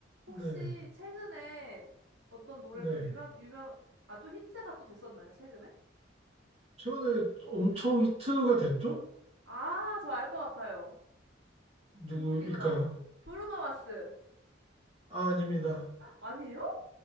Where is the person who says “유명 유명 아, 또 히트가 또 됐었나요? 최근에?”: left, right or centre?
Right